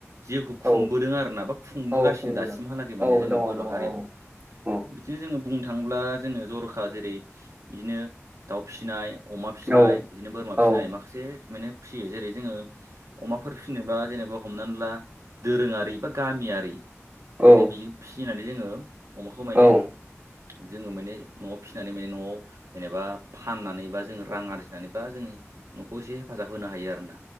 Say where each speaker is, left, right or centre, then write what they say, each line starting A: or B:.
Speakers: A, on the right; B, on the right.
A: जिउखौ
B: औ
A: खुंबोदों आरो ना बा खुंबोगासिनो
B: औ खुंबोदों
A: दासिमहालागै माने
B: औ
A: जोंनि
B: दङ
A: बर'
B: दङ औ
A: हारियाव।
B: औ
A: इदिनो जोङो बुंनो थाङोब्ला जोङो जर'खा जेरै इदिनो दाउ फिनाय अमा फिनाय
B: औ
A: बिदिनो बोरमा
B: औ
A: फिनाय माखासे माने फियो। जेरै जोङो अमाफोर फिसिनोब्ला जेनेबा हमनानै ला दोरोङारि बा गामियारि
B: औ
A: माने बिजों फिसिनानै जोङो अमाखौ माने
B: औ
A: जोङो माने न'आव फिनानै माने न'आव जेनेबा फाननानै बा जोङो रां आरजिनानै बा जों नै न'खौ इसे हेफाजाब होनो हायो आरोना।